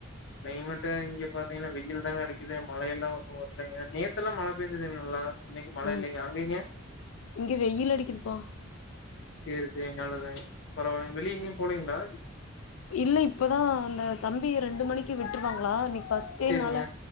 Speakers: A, on the left; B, on the left.
A: நீ மட்டும் இங்க பாத்தீங்கன்னா வெயில் அடிக்குது மழையெல்லாம் ஒன்னும் வரலிங்க நேத்துல்லாம் மழை பெஞ்சுதுங்கள நல்லா இன்னைக்கு மழை
B: ம்
A: இல்லைங்க அங்கங்க
B: இங்க வெயில் அடிக்குதுப்பா
A: சேரி சேரி நல்லதுங்க அப்புறம் அவங்க வெளிய எங்கயும் போலீங்கிளா
B: இல்ல இப்பதான் அந்த தம்பி ரெண்டு மணிக்கு விட் ருவாங்களா இனைக்கு பஸ்டேனால
A: சேரிங்க